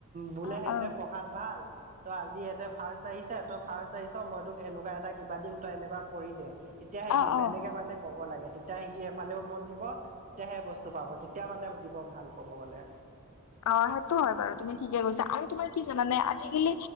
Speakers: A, on the right; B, on the left.
A: বোলে
B: অ',
A: সিহঁতে
B: অ'।
A: পঢ়াত ভাল ত' আজি ইয়াতে ফাৰ্ষ্ট আহিছে, তই ফাৰ্ষ্ট আহিছ মই তোক এনেকোৱা এটা কিবা দিম তই এনেকোৱা কৰি দে। তেতিয়াহে
B: অ',
A: দিম,
B: অ'।
A: সেনেকে মানে ক'ব লাগে তে তিয়া সি এফালেও মন দিব, তেতিয়াহে বস্তু পাব তেতিয়া মানে দিব ভাল পাব মানে।
B: অ', সেইটো হয় বাৰু তুমি ঠিকে কৈছা আৰু তোমাৰ কি জানানে আজিকালি